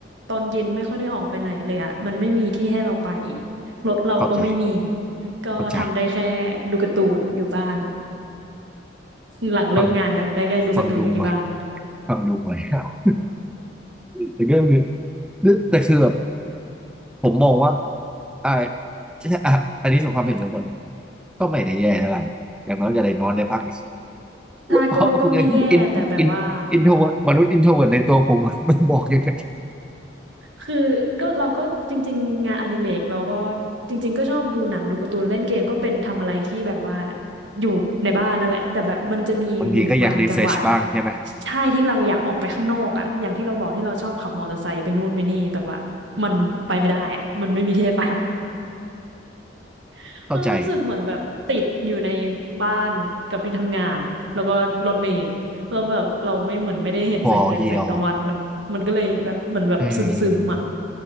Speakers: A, on the right; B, in the centre.
A: ตอนเย็นไม่ค่อยได้ออกไปไหนเลยอะมันไม่มีที่ให้เราไปรถเราก็ไม่มี
B: เข้าใจ
A: ก็ทำได้แค่ดูการ์ตูนอยู่บ้าน
B: เข้าใจ
A: หลังเลิกงานทำได้แค่ดูการ์ตูนอยู่ที่บ้าน
B: ฟังฟังดูหน่อยฟังดูหน่อย <laughs> ครับแต่ก็คือแต่คือแบบผมมองว่าอ่าอ่ะ <laughs> อันนี้สำหรับความเป็นส่วนตัวนะก็ไม่ได้แย่อะไรอย่างน้อยก็ได้นอนได้พัก
A: ถ้าก็ก็ไม่แย่แต่แบบว่า
B: อ๋อคุณยังอินอินอินโทรมนุษย์อินโทรในตัวผมมันบอกอย่างนั้น
A: คือก็เราก็จริงๆงานอดิเรกเราก็จริงๆก็ชอบดูหนังดูการ์ตูนเล่นเกมก็เป็นทำอะไรที่แบบว่าอยู่ในบ้านนั่นแหละแต่แบบมันจะมีอยู่บางจังหวะ
B: บางทีก็อยากรีเฟรชบ้างใช่ไหม
A: ใช่ที่เราอยากออกไปข้างนอกอ่ะอย่างที่เราบอกที่เราชอบขับมอเตอร์ไซค์ไปนู่นไปนี่แต่ว่ามันไปไม่ได้อะมันไม่มีที่ให้ไป <laughs>
B: เข้าใจ
A: มันรู้สึกเหมือนแบบติดอยู่ในบ้านกับที่ทำงานแล้วก็รถเมล์แล้วแบบเราไม่เหมือนไม่ได้เห็นแสงเดือนแสงตะวันมันมันก็เลยแบบเหมือนแบบซึมซึม
B: พอเยียวเออ